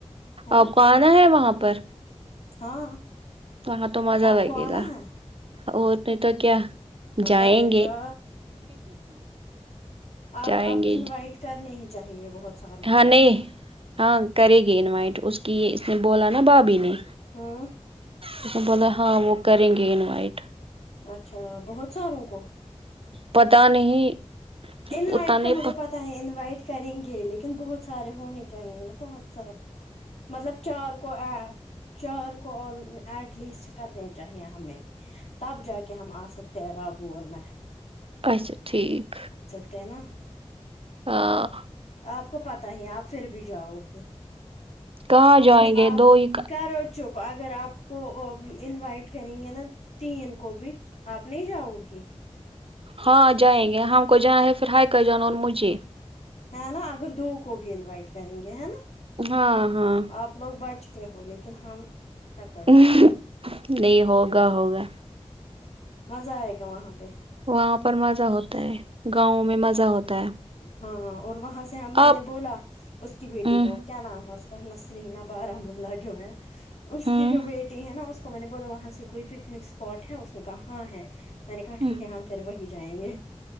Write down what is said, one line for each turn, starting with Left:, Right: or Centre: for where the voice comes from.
Left: ہے نا
Right: آپ کو آنا ہے وہاں پر
Left: ہاں
Right: وہاں تو مزہ
Left: آپ
Right: لگے
Left: کو آنا
Right: گا
Left: ہے
Right: اور نہیں تو کیا
Left: مزہ
Right: جائیں
Left: آئے
Right: گے
Left: گا اب
Right: جائیں
Left: اب
Right: گے
Left: انوائٹ کرنی ہی چاہیے بہت ساروں
Right: ہاں
Left: کو
Right: نہیں ہاں کرے گی انوائٹ اس کی یے اس نے بولا نا بھابی نے
Left: ہمم
Right: اس نے بولے ہاں وہ کریں گے انوائٹ
Left: اچھا بہت ساروں کو
Right: پتہ نہیں
Left: انوائٹ
Right: اتنے
Left: کا مجھے پتا ہے انوائٹ کریں گے لیکن بہت سارے ہونے چاہیے نا بہت سارے مطلب چار کو اے چار کو اور ایٹ لیسٹ کرنے چاہیے ہمیں تب جا کے ہم آ سک تیرا ابواور میں
Right: اچھا ٹھیک
Left: تے ہے نا
Right: ہاں
Left: آپ کو پتا ہی ہیں آپ پھر بھی جاؤ گی
Right: کہاں جائیں
Left: کہ
Right: گے
Left: آپ
Right: دو ہی
Left: کرو چپ اگر آپ کو انوائٹ کریں گے نا تین کو بھی آپ نہیں جاؤ گی
Right: ہاں جائیں گے ہم کو جائے پھر ہائی کر جان اور مجھے
Left: ہے نا اگر دو کو بھی انوائٹ کریں گے ہے نا
Right: ہاں ہاں
Left: آپ لوگ بیٹھ کے ہو لیکن ہم کیا کریں
Right: نہیں ہوگا ہوگا
Left: مزہ آئے گا وہاں پہ
Right: وہاں پر مزہ ہوتا ہے گاؤں میں مزہ ہوتا ہے
Left: ہاں اور وہاں سے ہم میں
Right: آپ
Left: نے بولا اس کی بیٹی
Right: ہوں
Left: کو کیا نام ہے اس کا نسنینا بارملہ جو ہے اس
Right: ہوں
Left: کی جو بیٹی ہے نا اس کو میں نے بولا وہاں سے کوئی پکنک اسپاٹ ہے اس نے کہا ہاں ہے میں نے کہا
Right: ہوں
Left: ٹھیک ہے ہم پھر وہی جائیں گے